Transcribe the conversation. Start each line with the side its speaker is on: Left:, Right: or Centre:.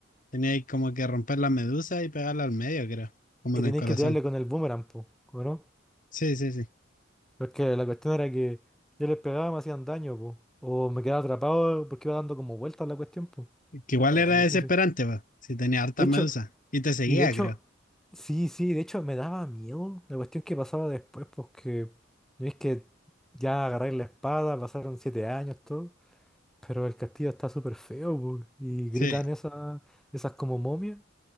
Left: Tenía ahí como que romper la medusa y pegarla al medio, creo. Como
Centre: Y
Left: en
Centre: tenéis
Left: el corazón.
Centre: que tirarle con el boomerang, po, ¿o no?
Left: Sí, sí, sí.
Centre: Porque la cuestión era que yo les pegaba y me hacían daño, po. O me quedaba atrapado porque iba dando como vueltas la cuestión, po.
Left: Que igual
Centre: Era
Left: era
Centre: difícil.
Left: desesperante, va. Si tenía harta
Centre: De
Left: medusa.
Centre: hecho,
Left: Y te seguía,
Centre: y de hecho,
Left: creo.
Centre: sí, sí, de hecho me daba miedo la cuestión que pasaba después, porque no es que ya agarré la espada, pasaron siete años, todo, pero el castillo está súper feo, po, y gritan
Left: Sí.
Centre: esas, esas como momias